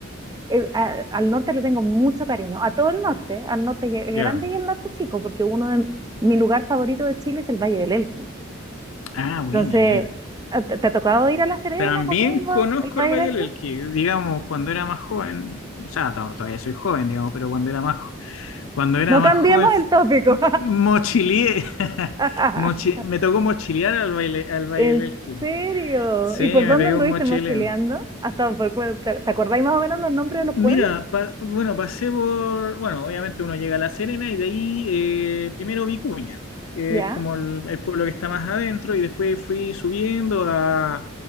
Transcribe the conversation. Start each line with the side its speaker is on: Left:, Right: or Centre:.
Right: el- a- al norte le tengo mucho cariño, a todo el norte, al norte lle-
Left: Ya.
Right: grande y al norte chico, porque uno de mi lugar favorito de Chile es el Valle del Elqui
Left: Ah, buena,
Right: entonces,
Left: ya.
Right: ¿te te ha tocado ir a La Serena,
Left: También
Right: Coquimbo,
Left: conozco
Right: el Valle
Left: el
Right: del
Left: Valle
Right: Elqui?
Left: del Elqui, digamos, cuando era más joven, o sea, to- todavía soy joven, digamos, pero cuando era más, cuando era
Right: No
Left: más
Right: cambiemos
Left: joven, f-
Right: el tópico.
Left: mochileé, <laughs>
Right: <laughs>
Left: mochi- me tocó mochilear al, baile, al Valle
Right: ¿En
Left: del Elqui.
Right: serio?
Left: Sí,
Right: ¿Y
Left: me
Right: por dónde
Left: pegó
Right: anduviste
Left: un mochileo.
Right: mochileando? Hasta por, cu- ¿te, te acordáis más o menos los nombres de los
Left: Mira,
Right: pueblos?
Left: pa- bueno, pasé por, bueno, obviamente uno llega a La Serena y de ahí eh, primero Vicuña, que
Right: ¿Ya?
Left: es como el, el pueblo que está más adentro, y después fui subiendo a,